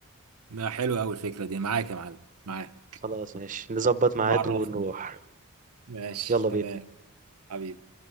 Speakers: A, on the right (about 80°); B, on the right (about 35°).
A: ده حلو قوي الفكره دي معاك يا معلم معاك
B: خلاص ماشي نظبط ميعاد
A: بعرفني
B: ونروح
A: ماشي
B: يلا
A: تمام
B: بينا
A: حبيبي